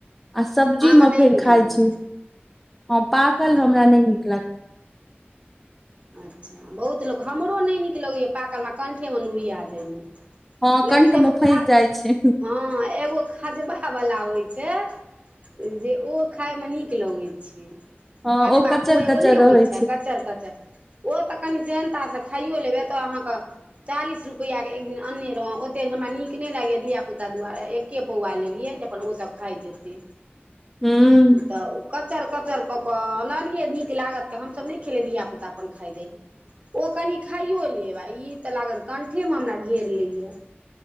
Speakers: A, in the centre; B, on the right.
A: आ सब्जीमे
B: अहाँकेँ नहि
A: फेर
B: नीक
A: खाइ
B: लगै
A: छी ह पाकल
B: हँ
A: हमरा नहि नीक लागै
B: अच्छा बहुत लोक हमरो नहि नीक लगैए पाकलमे कण्ठेमे नूरिया जाइए
A: हँ कंठ
B: लेकिन एगो
A: मे फँसि
B: खा
A: जाइ छै
B: हँ एगो खजबावला होइ छै जे ओ खाायमे नीक लगैत छै
A: हँ
B: खजबाका
A: ओ कचर
B: को एगो
A: कचर
B: नहि
A: रहै
B: होइ छै कचर क ओ तऽ कनि सेहनतासँ खाइयो लेबै एतय अहाँके चालीस रुपैआ के एक दिन अनने रहौं ओते हमरा नीक नहि लागैय धियापुता दुआारे के पौआ लेलियै जे अपन ओसभ खाइ जेतै
A: हूँ
B: तऽ कचर कचर कऽ कऽनियै नीक लागत के हमसभ नहि खेल धिया पूता अपन खाइ जाइ ओ कनि खाइयो लेब आ ई तऽ लागत कण्ठेमे हमरा घेर लैय